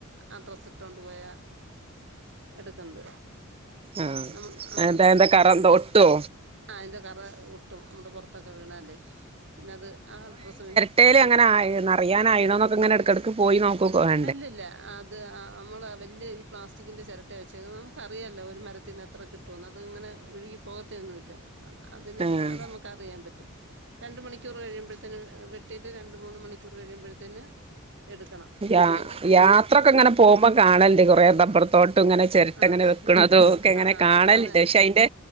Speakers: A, on the right (about 60°); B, on the right (about 25°).
A: ആ ഡ്രസ്സ് ഇട്ടൊണ്ട് പോയാ എടുക്ക്ന്നത്
B: ആഹ്
A: നമ്മ ആഹ്
B: എന്താ എന്താ കറ എന്താ ഒട്ടോ
A: ആഹ് ആഹ് അതിന്റെ കറ ഒട്ടും നമ്മുടെ പുറത്തൊക്കെ വീണാല് പിന്നെ അത് ആ ഡ്രസ്സ് പിന്നെ
B: ചെരട്ടയിൽ അങ്ങനെ ആ നെറയാനായിണോ ന്നൊക്കെ ഇങ്ങനെ എടക്കട ക്ക് പോയി നോക്കൊക്കെ വേണം
A: അല്ലല്ല ആ അത് ആ നമ്മള് വല്ല്യ ഈ പ്ലാസ്റ്റിക്കിന്റെ ചിരട്ട വെച്ച് നമുക്ക് അറിയാല്ലോ ഒരു മരത്തിന് എത്ര കിട്ടോന്ന് അത് ഇങ്ങനെ ഒഴുകി പോകത്തെ ഒന്നൂല്ല അ അതിന്
B: ആഹ്
A: അത് നമുക്ക് അറിയാൻ പറ്റും രണ്ട് മണിക്കൂർ കഴിയുമ്പ ത്തിന് വെട്ടിട്ട് രണ്ട് മൂന്ന് മണിക്കൂർ കഴിയുമ്പോഴത്തേന് എടുക്കണം
B: യാ
A: അല്ലെങ്കിൽ
B: യാത്രൊക്കെ
A: പിന്നെ
B: ഇങ്ങനെ പോകുമ്പോ കാണല്ണ്ട് കൊറേ ടബ്ബർത്തോട്ടും ഇങ്ങനെ ചിരട്ട
A: ആഹ്
B: ഇങ്ങനെ വെക്കണതും
A: ആഹ് ആഹ്
B: ഒക്കെ ഇങ്ങനെ
A: ആഹ്
B: കാണലുണ്ട്
A: അതാണ്
B: പക്ഷെ അതിന്റെ